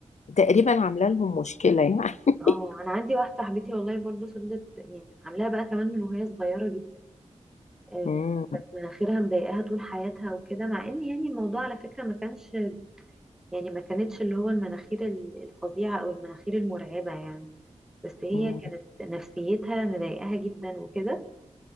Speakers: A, on the left (about 70°); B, in the centre.
A: تقريبا عامله لهم مشكلة يعني
B: اه انا عندي واحده صاحبتي والله برضه فضلت يعني عاملاها بقى كمان من وهي صغيره جدا آه،
A: مم.
B: كانت مناخيرها مضايقاها طول حياتها وكده مع ان يعني الموضوع على فكره ما كانش يعني ما كانتش اللي هو المناخير ال- الفظيعة أو المناخير المرعبة يعني بس هي
A: مم.
B: كانت نفسيتها مضايقاها جدا وكده